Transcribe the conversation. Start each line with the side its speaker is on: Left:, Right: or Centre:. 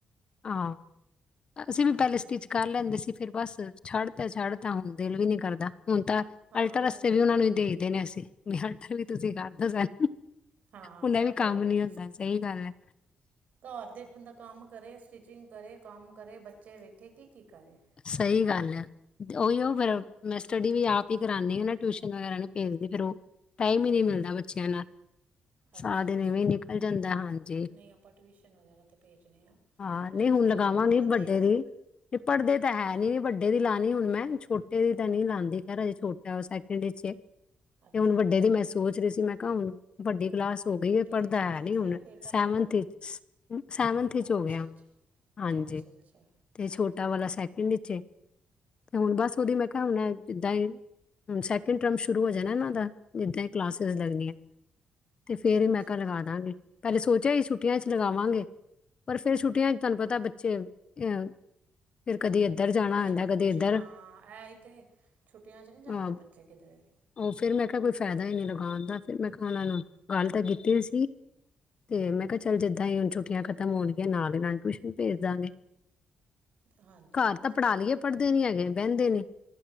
Left: ਹਾਂ, ਅਸੀਂ
Right: ਹਾਂਜੀ
Left: ਪਹਿਲਾਂ ਸਟੀਚ ਕਰ ਲੈਂਦੇ ਸੀ, ਫਿਰ ਬਸ ਛੱਡ ਤਾਂ ਛੱਡ ਤਾਂ ਹੁਣ, ਦਿਲ ਵੀ ਨਹੀਂ ਕਰਦਾ ਹੁਣ ਤਾਂ
Right: ਹਾਂ
Left: ਅਲਟਰ ਆਸਤੇ
Right: ਇਹ ਤੇ
Left: ਵੀ
Right: ਹੈ
Left: ਉਹਨਾ ਨੂੰ ਦੇ ਦੇਨੇ, ਅਸੀਂ ਵੀ, ਅਲਟਰ ਵੀ ਤੁਸੀਂ ਕਰਦੌ ਸ
Right: ਹਾਂ
Left: ਹੁਣੇ ਵੀ
Right: ਇਹ ਤੇ
Left: ਕੰਮ
Right: ਹੈ
Left: ਨਈ ਹੁੰਦਾ, ਸਹੀ ਗੱਲ ਆ
Right: ਘਰ ਦੇ ਇੱਕ ਬੰਦਾ ਕੰਮ ਕਰੇ, ਸਟਿਚਿੰਗ ਕਰੇ, ਕੰਮ ਕਰੇ, ਬੱਚੇ ਵੇਖੇ ਕੀ ਕੀ ਕਰੇ
Left: ਸਹੀ ਗੱਲ ਹੈ। ਉਹੀ ਉਹ ਫਿਰ, ਮੈਂ ਸਟੱਡੀ ਵੀ ਆਪ ਹੀ ਕਰਾਉਂਦੀ ਟਿਊਸ਼ਨ ਵਗੈਰਾ, ਨਹੀਂ ਭੇਜਦੀ ਫੇਰ ਉਹ ਟਾਈਮ ਹੀ ਨਹੀਂ ਮਿਲਦਾ, ਬੱਚਿਆਂ ਨਾਲ
Right: ਅੱਛਾ-
Left: ਸਾਰਾ ਦਿਨ
Right: ਅੱਛਾ
Left: ਇਵੇਂ ਨਿਕਲ ਜਾਂਦਾ ਹਾਂਜੀ
Right: ਨਹੀਂ ਆਪਾਂ ਟਿਊਸ਼ਨ ਵਗੈਰਾ 'ਤੇ, ਭੇਜਣੇ ਹਾਂ
Left: ਹਾਂ ਨਹੀਂ
Right: ਬੱਚੇ
Left: ਹੁਣ
Right: ਸਾਡੇ
Left: ਲਗਾਵਾਂਗੀ
Right: ਕੋਲ ਪੜ੍ਹਦੇ
Left: ਵੱਡੇ
Right: ਹੀ ਨਹੀਂ
Left: ਦੀ, ਪੜ੍ਹਦੇ ਤਾਂ ਹੈ
Right: ਹਾਂਜੀ
Left: ਨਈ ਵੱਡੇ ਏਦੀ ਲਾਉਣੀ ਮੈਂ ਛੋਟੇ ਦੀ ਤਾਂ ਨਹੀਂ ਲਾਂਦੀ, ਖਹਿਰ ਅਜੇ ਛੋਟਾ ਉਹ ਸੈਕਿੰਡਵਿੱਚ ਵੇ
Right: ਅੱਛਾ
Left: ਤੇ ਹੁਣ
Right: ਅੱਛਾ
Left: ਵੱਡੇ ਦੀ ਮੈਂ ਸੋਚ ਰਹੀ ਸੀ ਮੈਂ ਕਿਹਾ ਹੁਣ ਵੱਡੀ ਕਲਾਸ ਹੋ ਗਈ
Right: ਕਿਹੜੀ
Left: ਪੜ੍ਹਦਾ
Right: ਕਲਾਸ
Left: ਹੈ
Right: ਵਿੱਚ
Left: ਨੀ ਹੁਣ,
Right: ਏ ਬੇਟਾ
Left: ਸੈਵਨਥ
Right: ਤੁਹਾਡਾ
Left: -ਸੈਵਨਥ ਵਿੱਚ
Right: ਅੱਛਾ
Left: ਹੋ ਗਿਆ ਹੁਣ
Right: ਅੱਛਾ
Left: ਹਾਂਜੀ
Right: ਅੱਛਾ -ਅੱਛਾ।
Left: ਤੇ ਛੋਟਾ ਵਾਲਾ ਸੈਕਿੰਡ ਵਿਚੇ ਤੇ, ਹੁਣ ਬਸ
Right: ਠੀਕ
Left: ਉਹਦੀ ਮੈਂ ਕਿਹਾ
Right: ਹੈ
Left: ਹੁਣ ਜਿੱਦਾਂ ਹੀ, ਹੁਣ ਸੈਕਿੰਡ ਟਰਮ ਸ਼ੁਰੂ ਹੋ ਜਾਣਾ ਇਹਨਾਂ ਦਾ ਜਿੱਦਾਂ ਹੀ ਕਲਾਸਿਸ
Right: ਹਮ
Left: ਲੱਗਣੀਆਂ, ਤੇ ਫੇਰ
Right: ਅੱਛਾ
Left: ਹੀ ਮੈ ਕਿਹਾ
Right: ਅੱਛਾ
Left: ਲੱਗਾ ਦਾਂਗੀ ਪਹਿਲੇ ਸੋਚਿਆ ਹੀ ਛੁੱਟੀਆਂ ਚ ਲਗਾਵਾਂਗੇ, ਪਰ ਫਿਰ ਛੁੱਟੀਆਂ ਚ, ਤੁਹਾਨੂੰ ਪਤਾ ਬੱਚੇ ਅਹ ਫਿਰ ਕਦੀ
Right: ਛੁੱਟੀਆਂ ਚ ਬੱਚੇ
Left: ਕਦੀ ਇੱਧਰ
Right: ਹਾਂ ਐ ਹੀ ਤੇ, ਛੁੱਟੀਆਂ ਚ ਨਹੀਂ
Left: ਅ,
Right: ਜਾਂਦੇ ਬੱਚੇ ਕਿਧਰੇ ਵੀ
Left: ਉਹ ਫਿਰ ਮੈਂ ਕਿਹਾ ਕੋਈ ਫਾਇਦਾ ਹੀ ਨਹੀਂ ਲਗਾਉਣ ਦਾ, ਫਿਰ ਮੈਂ ਕਿਹਾ ਉਹਨਾਂ ਨੂੰ ਗੱਲ ਤਾਂ ਕੀਤੀ ਸੀ। ਤੇ ਮੈਂ ਕਿਹਾ, ਚੱਲ ਜਿੱਦਾਂ ਹੀ ਹੁਣ ਛੁੱਟੀਆਂ ਖਤਮ ਹੋਣਗੀਆਂ, ਨਾਲ ਹੀ ਨਾਲ ਟਿਊਸ਼ਨ ਭੇਜ ਦਾਂਗੇ
Right: ਹਾਂਜੀ
Left: ਘਰ
Right: ਹਾਂਜੀ
Left: ਤਾਂ ਪੜ੍ਹਾ
Right: ਇਹ
Left: ਲਈਏ,
Right: ਤੇ
Left: ਪੜ੍ਹਦੇ
Right: ਹੈ
Left: ਨੀ ਹੈਗੇ ਬਹਿੰਦੇ ਨੇ